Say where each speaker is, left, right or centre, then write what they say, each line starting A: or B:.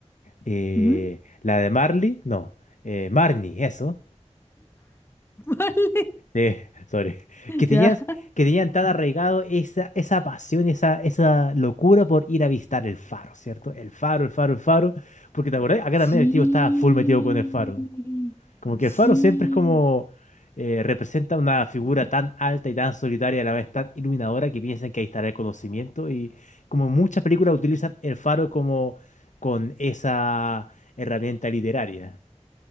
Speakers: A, on the left; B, on the left.
A: eh,
B: Ujú.
A: la de Marley, no, eh, Marnie, eso.
B: <laughs> Vale,
A: eh, <laughs> sorry. Que tenías,
B: ya.
A: que tenían tan arraigado esa, esa pasión, esa, esa locura por ir a visitar el faro, ¿cierto? El faro, el faro, el faro. Porque te acordás, acá
B: Sí,
A: también el tío estaba full metido con el faro. Como que
B: sí,
A: el faro siempre es como eh, representa una figura tan alta y tan solitaria, a la vez tan iluminadora, que piensan que ahí estará el conocimiento. Y como en muchas películas utilizan el faro como con esa herramienta literaria.